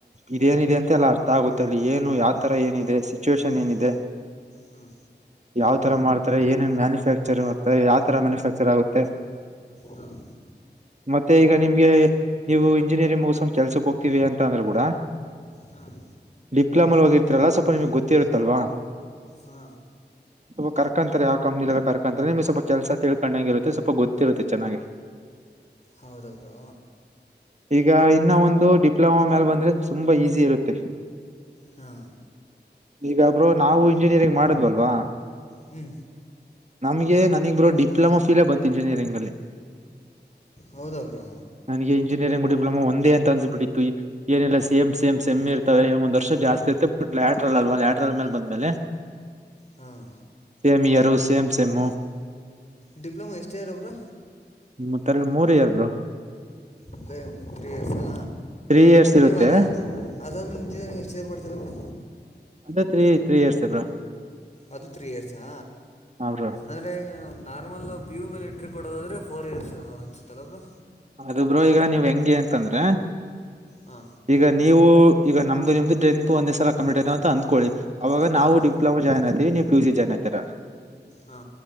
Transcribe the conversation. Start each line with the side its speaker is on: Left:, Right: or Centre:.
Right: ಇದೇನಿದೆ ಅಂತೆ ಎಲ್ಲ ಅರ್ಥ ಆಗುತ್ತಲ್ಲಿ ಏನು ಯಾವ್ ತರ ಏನಿದೆ ಏನಿದೆ
Left: ಹ್ಞೂ
Right: ಯಾವರ ಮಾಡ್ತಾರೆ ಏನ ಮ್ಯಾನಫ್ಯಾಕ್ಚತಾರೆ ತರ ಮ್ಯಾನುಫ್ಯಾಕ್ಚರ್ ಆಗುತ್ತೆ
Left: ಹಾಂ
Right: ಮತ್ತೆ ಈಗ ನಿಮ್ಗೆ ನೀವು ಇಂಜಿನಿಯರಿಂಗ ಮುಸುಕೊಂಡು ಕೆಲ್ಸಕ್ ಹೋಗ್ತಿವಿ ಅಂತ ಅಂದ್ರೆ ಕೂಡ
Left: ಹಾಂ
Right: ಡಿಪ್ಲೊಮಾ ಹೋಗರ್ತಾರಲ್ಲ ಸ್ವಪಮ್ಗೆ ಗೊತ್ತಿರುತ್ತಲ್ವಾ
Left: ಹಾ
Right: ಸೆಲ್ಫ್ ಕರ್ಕಂತಾರೆ ಕಂಪನಿ ಎಲ್ಲ ಕರ್ಕಂತಾರೆ ನಿಮ್ ಸ್ಲ್ಪ ಕೆಲ್ಸ ತಿಳ್ಕೊಂಡಂಗ ಇರುತ್ತೆ ಸ್ವಲ್ಪ ಗೊತ್ತಿರುತ್ತೆ ಚೆನ್ನಾಗಿ
Left: ಹೌದ ಬ್ರೋ
Right: ಈಗ ಇನ್ನ ಒಂದು ಡಿಪ್ಲೊಮಾ ಮೇಾಲ ಬಂದ್ರೆ ತುಂಬಾ ಈಸಿ ಇರುತ್ತೆ
Left: ಹಾ
Right: ಈಗ ಬ್ರೋ ನಾವು ಇಂಜಿನಿಯರಿಂಗ್ ಮಾಡದ್ವಲ್ವಾ
Left: ಹ್ಞೂ
Right: ನಮ್ಗೆ ನನಗ್ ಬರೋ ಡಿಪ್ಲೊಮಾ ಫೀಲ್ ಬಂತು ಇಂಜಿನಿಯರಿಂಗಲ್ಲಿ
Left: ಹೌದ ಬ್ರೋ
Right: ನನಗೆ ಇಂಜಿನಿಯರಿಂಗ ಡಿಪ್ಲೊಮಾ ಒಂದ ಅನ್ಸಸ ಬಟ್ಟಿತ್ತು ಏನಿಲ್ಲ ಸೇಮ್ ಸೇಮ್ ಇರ್ತವೆ ಒಂದ ವರ್ಷ ಜಾಸ್ತಿ ಇರ್ತ್ತೆ ಬಟ್ ಲ್ಯಾಟ್ರಲ್ ಅಲ್ವಾ ಲ್ಯಾಟ್ರಲ್ ಮೇಲೆ ಬಂದೇಲೆ
Left: ಹಾಂ
Right: same year same same
Left: diploma ಇಷ್ಟ ಇಯರ್ ಬ್ರೋ
Right: ಮತ್ತ ಮೂರು ಇಯರ್ ಬ್ರೋ
Left: ಅದೇ ತ್ರೀ ಇಯರ್ಸಾ
Right: ತ್ರೀ ಇಯರ್ಸ್ ಇರುತ್ತೆ
Left: ನೀವು ಅದನ್ ಅದಾದೇಲೆ ಇಜಿನಿಯರಿಂಗ ಯಷ್ಟು ಇಯರ್ ಮಾಡತೀರಾ ಬ್ರೋ
Right: ಅದೇ ತ್ರೀ ತ್ರೀ ಇಯರ್ಸ್ ಅಲ್ರಾ
Left: ಅದು ತ್ರೀ ಇಯರ್ಸಾ
Right: ಹ ಬ್ರೋ
Left: ಅಂದ್ರೆ ಈಗ ನಾರ್ಮಲ್ ಪಿ ಯ ಮೇಲೆ ಎಂಟ್ರಿ ಕೊಡೋದಾದರೆ ಫೋರ್ ಇಯರ್ಸ್ದ ಅನಸುತ್ತಲ್ ಬ್ರೋ
Right: ಅದು ಬ್ರೋ ಈಗ ನೀವ್ ಹೆಂಗೆ ಅಂತಂದ್ರ
Left: ಹಾ
Right: ಈಗ ನೀವು ಈಗ ನಮ್ದು ನಿಮ್ದು ಟೆನ್ತ್ ಒಂದ ದಸಲ ಕಂಪ್ಲೀಟ್ ಆಯತ ಅಂತ ಅಂದ್ಕೊಳ್ಳಿ ಅವಾಗ ನಾವು
Left: ಹಾಂ
Right: ಡಿಪ್ಲೋಮ ಜಾಯನ್ ನೀವು ಡಿಪ್ಲೊಮಾ ಜಾಯನ್ ಆಗ್ತೀರಾ
Left: ಹಾ